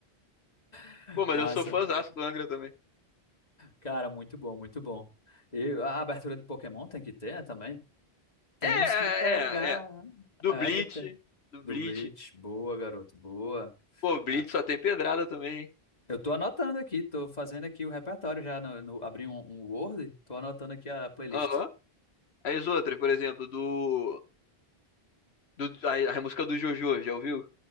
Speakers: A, on the left; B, on the left.
A: <laughs>
B: Pô, mas
A: Massa.
B: eu sou fãzaço do Angra também.
A: Cara, muito bom, muito bom. E a abertura do Pokémon tem que ter, né, também. Temos
B: É, é,
A: que pegar.
B: é. Do
A: É,
B: Bleach,
A: tem que ter.
B: do
A: Do
B: Bleach.
A: Bleach, boa, garoto, boa.
B: Pô, Bleach
A: Ah,
B: só tem pedrada também.
A: Eu tô anotando aqui, tô fazendo aqui o repertório já, no, no- abri um, um Word, tô anotando aqui a playlist.
B: Aham. Aí As outras, por exemplo, do, do a, a música do Jojo, já ouviu?